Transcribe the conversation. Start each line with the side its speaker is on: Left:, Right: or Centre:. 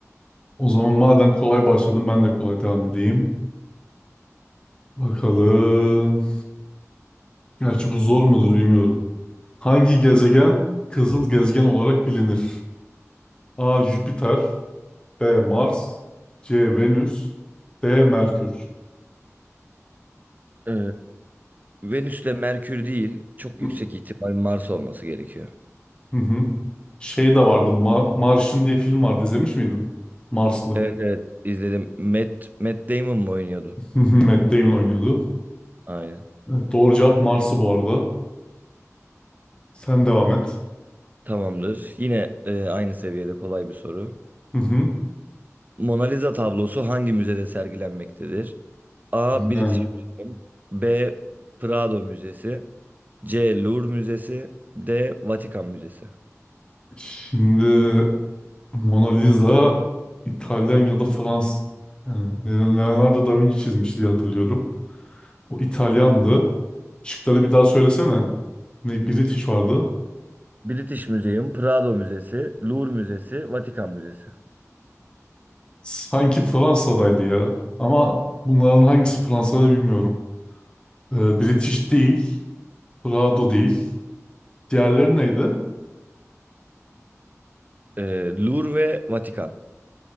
Left: O zaman madem kolay başladım ben de kolay devam edeyim. Bakalım. Gerçi bu zor mudur bilmiyorum. Hangi gezegen kızıl gezegen olarak bilinir? A. Jüpiter B. Mars C. Venüs D. Merkür
Right: Ee, Venüs'le Merkür değil, çok
Left: Hı
Right: yüksek ihtimal Mars olması gerekiyor.
Left: hı. hı. Şey de vardı.
Right: Doğru.
Left: Mar Mars'ın diye film vardı. İzlemiş miydin? Marslı.
Right: Evet evet izledim. Matt, Matt Damon mu oynuyordu?
Left: Hı hı, Matt Damon oynuyordu.
Right: Aynen.
Left: Evet, doğru cevap Mars'ı bu arada. Sen devam et.
Right: Tamamdır. Yine e, aynı seviyede kolay bir soru.
Left: Hı hı.
Right: Mona Lisa tablosu hangi müzede sergilenmektedir? A. British
Left: Ha,
Right: Museum B. Prado Müzesi C. Louvre Müzesi D. Vatikan Müzesi
Left: Şimdi Mona Lisa İtalyan ya da Fransız. Yani Leonardo da Vinci çizmiş diye hatırlıyorum. O İtalyandı. Şıkları bir daha söylesene. Ne British vardı.
Right: British Museum, Prado Müzesi, Louvre Müzesi, Vatikan Müzesi.
Left: Sanki Fransa'daydı ya. Ama bunların hangisi Fransa'da bilmiyorum. Ee, British değil. Prado değil. Diğerleri neydi?
Right: Ee, Louvre ve Vatikan.